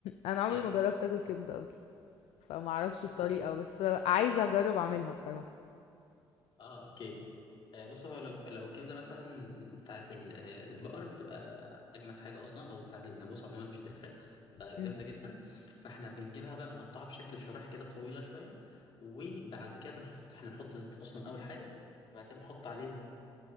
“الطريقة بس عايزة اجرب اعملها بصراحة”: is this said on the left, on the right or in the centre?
Left